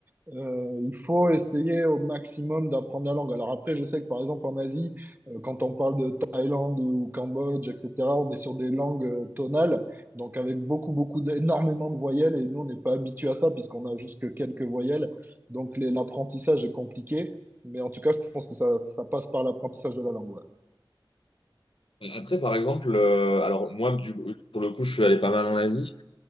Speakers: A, on the right; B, on the left.
A: Euh, il faut essayer au maximum d'apprendre la langue. Alors après, je sais que par exemple en Asie, euh, Quand on parle de Thaïlande ou Cambodge, etc., on est sur des langues euh, tonales, donc avec beaucoup, beaucoup, d- énormément de voyelles, et nous, on n'est pas habitué à ça, puisqu'on a juste que quelques voyelles, donc les- l'apprentissage est compliqué, mais en tout cas, je pense que ça, ça passe par l'apprentissage de la langue. ouais.
B: Après, par exemple, euh, alors moi, du, pour le coup, je suis allé pas mal en Asie.